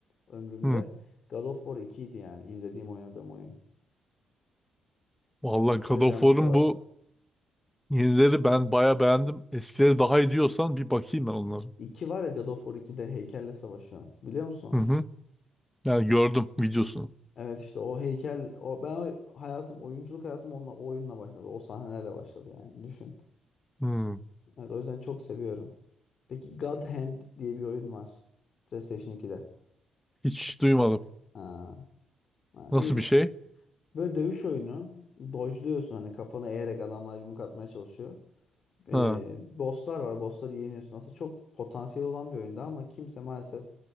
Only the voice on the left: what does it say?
ömrümde
God of War 2 idi yani izlediğim oynadığım oyun.
Böyle bir
anısı
var.
iki var ya God of War 2'de heykelle savaşıyor. Biliyor musun onu?
Evet işte o heykel o ben o- hayatım oyunculuk hayatım onunla o oyunla başladı. O sahnelerle başladı yani. Düşün.
Evet o yüzden çok seviyorum. Peki God Hand diye bir oyun var. PlayStation 2'de.
Ha, ha,
iyi
Böyle dövüş oyunu. Dodge'luyorsun hani kafana eğerek adamlar yumruk atmaya çalışıyor. Ee,
bosslar var. Bossları yeniyorsun. Aslında çok potansiyel olan bir oyunda ama kimse maalesef